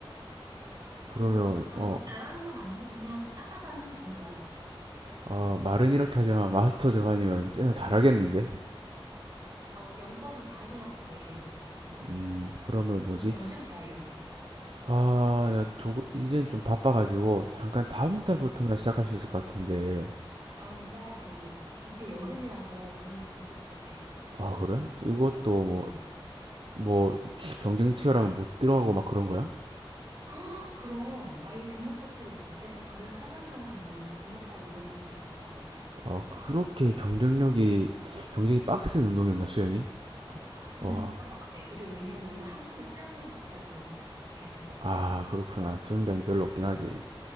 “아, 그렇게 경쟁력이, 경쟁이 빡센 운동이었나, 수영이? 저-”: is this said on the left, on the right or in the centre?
Right